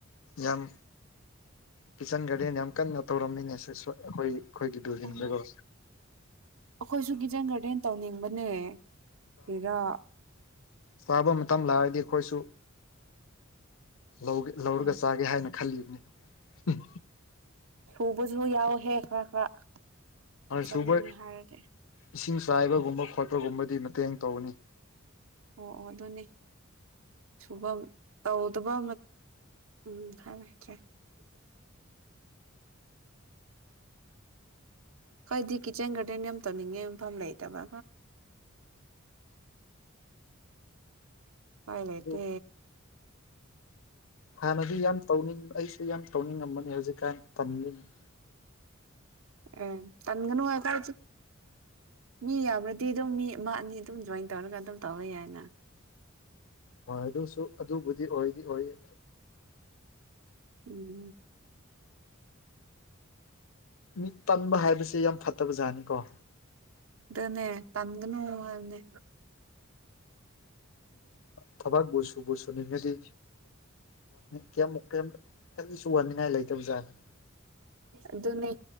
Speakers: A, on the left; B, on the right.
A: ꯌꯥꯝ ꯀꯤꯠꯆꯟ ꯒꯥꯔꯗꯦꯟ ꯌꯥꯝ ꯀꯟꯅ ꯇꯧꯔꯝꯃꯤꯅꯦ ꯁꯤꯁꯨ ꯑꯩꯈꯣꯏ ꯑꯩꯈꯣꯏꯒꯤ ꯕꯤꯜꯗꯤꯡꯗꯨꯒꯣ
B: ꯑꯣ ꯑꯩꯈꯣꯏꯁꯨ ꯀꯤꯠꯆꯟ ꯒꯥꯔꯗꯦꯟ ꯇꯧꯅꯤꯡꯕꯅꯦ ꯀꯔꯤꯔ
A: ꯁꯥꯕ ꯃꯇꯝ ꯂꯥꯛꯔꯗꯤ ꯑꯩꯈꯣꯏꯁꯨ ꯂꯧꯒꯦ ꯂꯧꯔꯒ
B: ꯎꯝ
A: ꯆꯥꯒꯦ ꯍꯥꯏꯅ ꯈꯜꯂꯤꯕꯅꯤ
B: ꯍꯨꯕꯁꯨ ꯌꯥꯎꯋꯦꯍꯦ ꯈꯔ ꯈꯔ ꯆꯠꯅꯤꯡꯉꯦ
A: ꯁꯨꯕ
B: ꯍꯥꯏꯔꯗꯤ
A: ꯏꯁꯤꯡ ꯆꯥꯏꯕꯒꯨꯝꯕ ꯈꯣꯠꯄꯒꯨꯝꯕꯗꯤ ꯃꯇꯦꯡ ꯇꯧꯒꯅꯤ
B: ꯑꯣ ꯑꯣ ꯑꯗꯨꯅꯤ ꯁꯨꯕꯝ ꯇꯧꯗꯕ ꯎꯝ ꯍꯥꯏ ꯍꯩꯇꯔꯦ ꯑꯩꯏꯗꯤ ꯀꯤꯠꯆꯟ ꯒꯥꯔꯗꯦꯟ ꯌꯥꯝ ꯇꯧꯅꯤꯡꯉꯦ ꯃꯐꯝ ꯂꯩꯇꯕ ꯎꯄꯥꯏ ꯂꯩꯇꯦ
A: ꯑꯗꯨ ꯍꯥꯟꯅꯗꯤ ꯌꯥꯝ ꯇꯧꯅꯤꯡ ꯑꯩꯁꯨ ꯌꯥꯝ ꯇꯧꯅꯤꯡꯉꯝꯕꯅꯤ ꯍꯧꯖꯤꯛꯀꯥꯟ ꯇꯟꯂꯤꯅꯦ
B: ꯑꯦ ꯇꯟꯒꯅꯨ ꯑꯩꯈꯣꯏꯁꯨ ꯃꯤ ꯌꯥꯝꯕ꯭ꯔꯗꯤ ꯑꯗꯨꯝ ꯃꯤ ꯑꯃ ꯃꯢꯅꯤ ꯑꯗꯨꯝ ꯖꯣꯏꯟ ꯇꯧꯔꯒ ꯑꯗꯨꯝ ꯇꯧꯋ ꯌꯥꯏꯅ
A: ꯍꯣꯏ ꯑꯗꯨꯁꯨ ꯑꯗꯨꯕꯨꯗꯤ ꯑꯣꯏꯗꯤ ꯑꯣꯏꯌꯦ
B: ꯎꯝ
A: ꯃꯤꯠ ꯄꯟꯕ ꯍꯥꯏꯕꯁꯤ ꯌꯥꯝ ꯐꯠꯇꯕ ꯖꯥꯠꯅꯤꯀꯣ
B: ꯏꯗꯨꯅꯦ ꯇꯟꯒꯅꯨ ꯍꯥꯏꯕꯅꯦ
A: ꯊꯕꯥꯛꯕꯨ ꯁꯨꯕꯨ ꯁꯨꯅꯤꯡꯉꯗꯤ ꯀꯩꯝꯃꯨꯛ ꯀꯔꯤꯁꯨ ꯋꯥꯅꯤꯡꯉꯥꯏ ꯂꯩꯇꯕꯖꯥꯠꯅꯤ
B: ꯑꯗꯨꯅꯦ